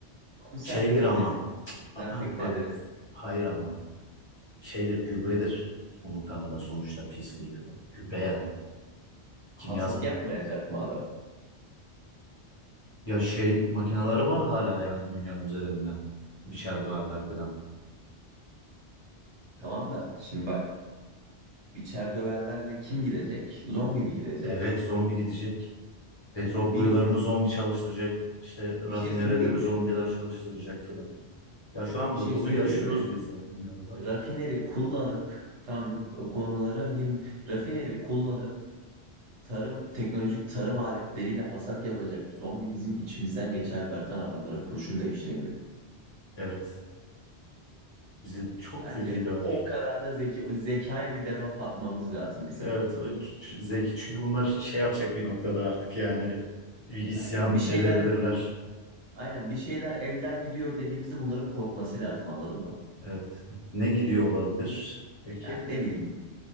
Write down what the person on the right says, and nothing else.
Konserve
getirsin
dezenfekte
ederiz.
Hasat
yapmayacak mı adam?
Tamam da şimdi bak biçer döverler de kim gidecek? Zombi mi gidecek?
Zombinin
bir şey söyleyeyim mi?
Bir şey
söyleyeyim
mi?
Rafineri
kullanıp tam o konulara girme. Rafineri kullanıp tarım teknolojik tarım aletleriyle hasat yapacak zombi bizim içimizden geçer Bertan adamlara kurşun da işlemiyor.
Bence
o kadar da zeki o zekaya bir debuff atmamız lazım bizim.
Aynen bir şeyler
aynen bir şeyler elden gidiyor dediğimizde bunların korkması lazım anladın mı?
Yani ne bileyim